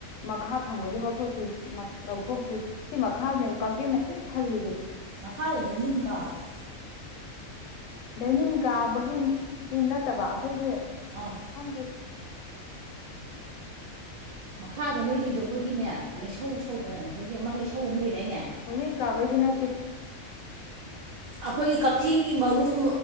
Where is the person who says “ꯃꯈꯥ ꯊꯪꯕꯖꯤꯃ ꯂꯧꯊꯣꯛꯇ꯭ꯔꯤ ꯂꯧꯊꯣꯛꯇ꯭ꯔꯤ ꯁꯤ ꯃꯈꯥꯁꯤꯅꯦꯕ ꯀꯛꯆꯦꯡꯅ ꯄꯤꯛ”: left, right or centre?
Left